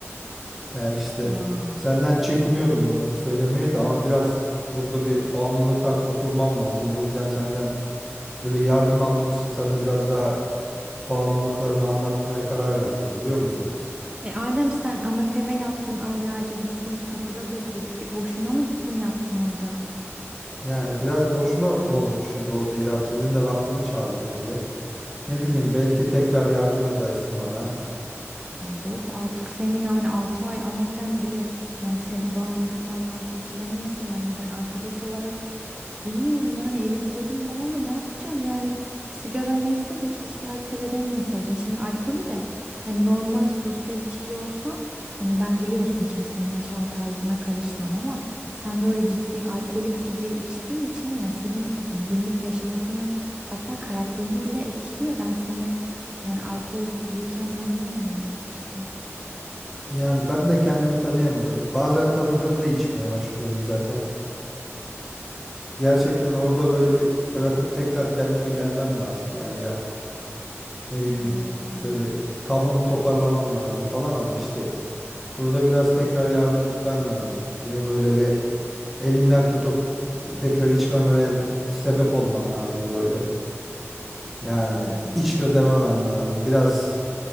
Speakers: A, in the centre; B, on the right (about 20°).
A: Ya işte
B: Ya.
A: senden çekiniyordum bunları söylemeye de ama biraz burada bir bağımlılıktan kurtulmam lazım. O yüzden senden böyle yardım almak için sana biraz daha bağımlılıklarımı anlatmaya karar verdim biliyor musun?
B: E Adem sen Amatem'e yattın aylarca biz seni kapıda bekledik. E boşuna mı gittin yattın orada?
A: Yani biraz boşuna olmuş gibi oldu İrem. Senin de vaktini çaldım öyle. Ne bileyim belki tekrar yardım edersin bana.
B: Ya yok artık seni yani 6 ay amatem bile hani seni bağımlılıktan vazgeçiremiyorsa yani ben arkadaş olarak bilmiyorum yani elim kolum bağlı ne yapacağım yani sigara neyse de keşke alkole dönmeseydin. Şimdi alkolü de hani normal sosyal içici olsan hani ben biliyorsun kimsenin yaşam tarzına karışmam ama sen böyle ciddi alkolik gibi içtiğin için yani senin e, günlük yaşantını hatta karakterini bile etkiliyor. Ben seni yani alkollüyken tanıyamıyorum işte.
A: Yani ben de kendimi tanıyamıyorum. Bazen tanıdığımda içmeye başlıyorum zaten. Gerçekten orada böyle bir bırakıp tekrar kendime gelmem lazım ya İrem. Ne bileyim
B: Allah Allah.
A: böyle kafamı toparlamam lazım falan ama işte burada biraz tekrar yardım etmen lazım. Yine böyle bir elimden tutup tekrar içmememe de sebep olman lazım böyle. Yani
B: Ya.
A: içme dememen lazım. Biraz